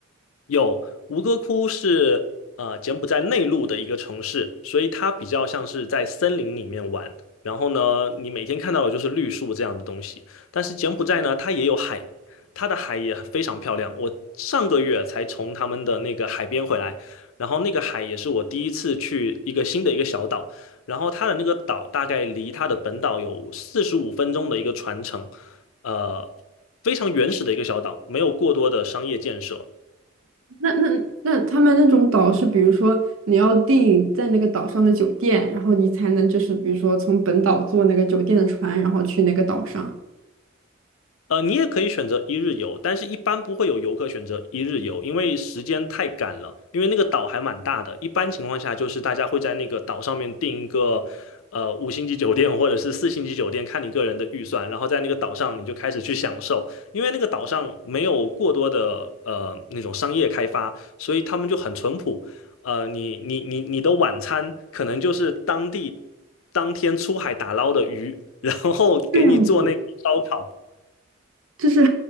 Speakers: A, on the left; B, on the right.
A: 有吴哥窟是呃柬埔寨内陆的一个城市，所以它比较像是在森林里面玩。然后呢，你每天看到的就是绿树这样的东西。但是柬埔寨呢，它也有海，它的海也非常漂亮。我上个月才从他们的那个海边回来，然后那个海也是我第一次去一个新的一个小岛。然后它的那个岛大概离它的本岛有四十五分钟的一个船程，呃，非常原始的一个小岛，没有过多的商业建设。
B: 那那那他们那种岛是，比如说你要订在那个岛上的酒店，然后你才能就是比如说从本岛坐那个酒店的船，然后去那个岛上。
A: 呃，你也可以选择一日游，但是一般不会有游客选择一日游，因为时间太赶了。因为那个岛还蛮大的，一般情况下就是大家会在那个岛上面订一个呃五星级酒店或者是四星级酒店，看你个人的预算，然后在那个岛上你就开始去享受。因为那个岛上没有过多的呃那种商业开发，所以他们就很淳朴。呃，你你你你的晚餐可能就是当地当天出海打捞的鱼，然后给你做那个烧烤。
B: 这样子。就是